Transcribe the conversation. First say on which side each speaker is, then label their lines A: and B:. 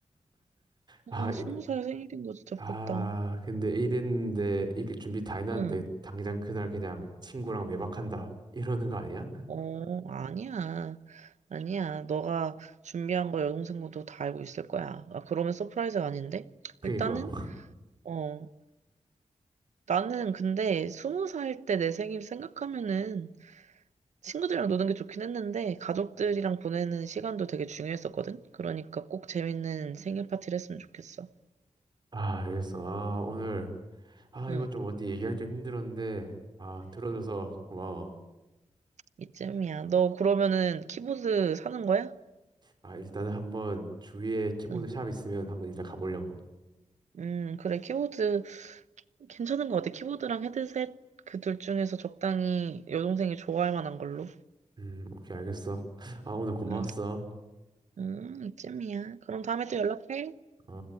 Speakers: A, on the right; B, on the right.
A: 와,
B: 아,
A: 스무 살 생일인 거 진짜
B: 아,
A: 부럽다.
B: 근데 이랬는데, 이게 준비 다 해놨는데,
A: 응.
B: 당장 그날 그냥 친구랑 외박한다. 이러는 거 아니야?
A: 어, 아니야. 아니야. 너가 준비한 거 여동생도 다 알고 있을 거야. 아, 그러면 서프라이즈가 아닌데?
B: 그니까.
A: 일단은, 어, 나는 근데 스무 살 때 내 생일 생각하면은 친구들이랑 노는 게 좋긴 했는데 가족들이랑 보내는 시간도 되게 중요했었거든? 그러니까 꼭 재밌는 생일 파티를 했으면 좋겠어.
B: 아, 알겠어. 아, 오늘, 아,
A: 응,
B: 이거 좀 어디 얘기하기 좀 힘들었는데, 아, 들어줘서 고마워.
A: 이쯤이야. 너 그러면은 키보드 사는 거야?
B: 아, 일단은 한번 주위에 키보드
A: 응.
B: 샵 있으면 한번 일단 가보려고.
A: 음, 그래. 키보드 괜찮은 것 같아. 키보드랑 헤드셋 그 둘 중에서 적당히 여동생이 좋아할 만한 걸로.
B: 음, 오케이, 알겠어. 아, 오늘 고마웠어.
A: 응, 응, 이쯤이야. 그럼 다음에 또 연락해.
B: 어?